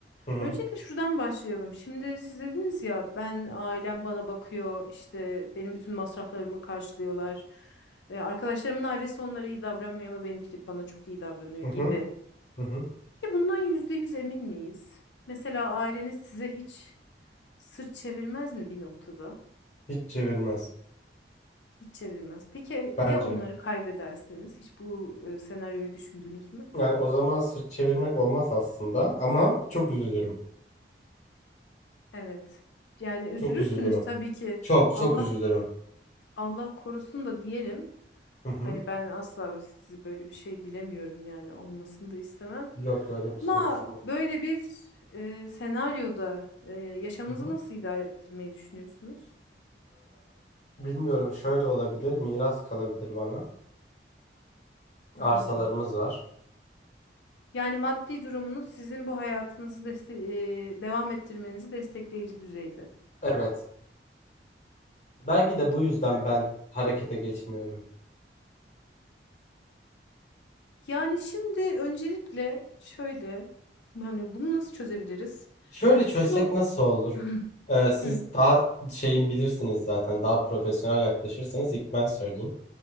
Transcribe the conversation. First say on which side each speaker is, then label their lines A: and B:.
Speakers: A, on the left; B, on the left.
A: hı hı
B: Öncelikle şuradan başlayalım. Şimdi siz dediniz ya ben ailem bana bakıyor, işte benim bütün masraflarımı karşılıyorlar. Ee, arkadaşlarımın ailesi onlara iyi davranmıyor ama benimki bana çok iyi davranıyor
A: hı
B: gibi.
A: hı hı hı.
B: Ki bundan yüzde yüz emin miyiz? Mesela aileniz size hiç sırt çevirmez mi bir noktada?
A: Hiç çevirmez
B: Hiç çevirmez. Peki e,
A: bence.
B: ya onları kaybederseniz? Hiç bu e, senaryoyu düşündünüz mü?
A: Yani o zaman sırt çevirmek olmaz aslında ama çok üzülürüm.
B: Evet. Yani üzülürsünüz
A: Çok üzülürüm.
B: tabii ki.
A: Çok çok
B: Allah
A: üzülürüm.
B: Allah korusun da diyelim.
A: Hı hı.
B: Hani ben asla ve sizi böyle bir şey dilemiyorum yani olmasını da istemem.
A: Yok öyle bir şey
B: Ama
A: düşünmedim.
B: böyle bir e, senaryoda e, yaşamınızı
A: Hı hı.
B: nasıl idare ettirmeyi düşünüyorsunuz?
A: Ee, bilmiyorum şöyle olabilir. Miras kalabilir bana.
B: Anladım.
A: Arsalarımız var.
B: Yani maddi durumunuz sizin bu hayatınızı deste- e, devam ettirmenizi destekleyici düzeyde.
A: Evet. Belki de bu yüzden
B: Anlıyorum.
A: ben harekete geçmiyorum.
B: Yani şimdi öncelikle şöyle yani bunu nasıl çözebiliriz?
A: Şöyle çözsek
B: Şu
A: nasıl olur?
B: <clears throat>
A: Ee, siz
B: Hı.
A: daha şeyin bilirsiniz zaten. Daha profesyonel yaklaşırsanız ilk ben söyleyeyim.